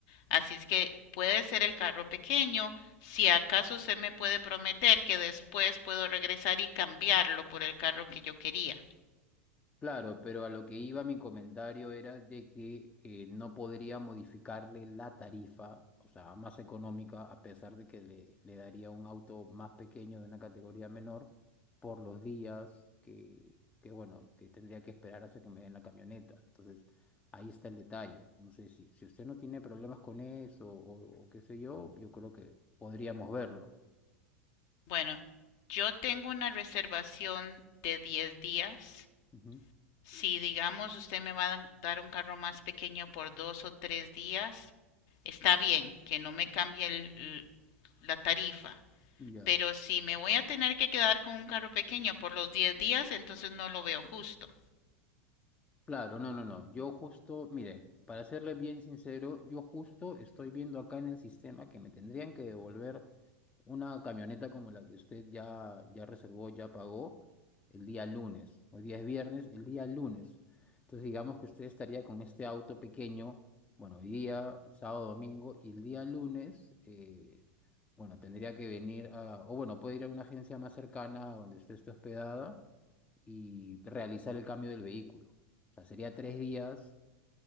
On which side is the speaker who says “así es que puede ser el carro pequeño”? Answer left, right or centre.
Left